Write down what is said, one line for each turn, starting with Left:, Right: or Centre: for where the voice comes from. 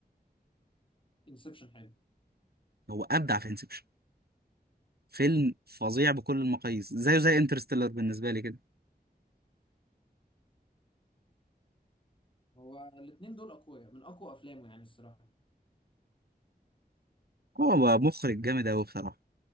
Left: انسبشن حلو
Right: هو ابدع في انسبشن فيلم فظيع بكل المقاييس زيه زي انترستيلر بالنسبة لي كده
Left: هو الاثنين دول اقوياء من اقوى افلامه يعني الصراحه
Right: هو بقى مخرج جامد أوي بصراحة